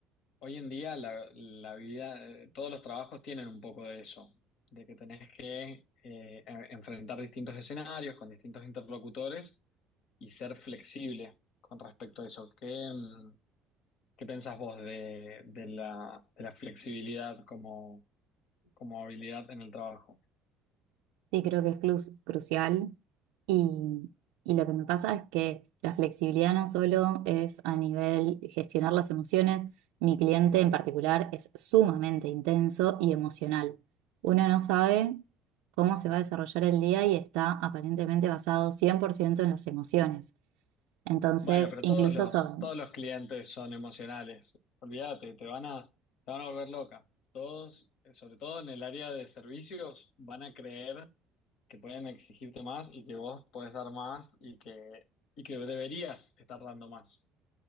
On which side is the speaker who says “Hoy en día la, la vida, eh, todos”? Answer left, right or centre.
Left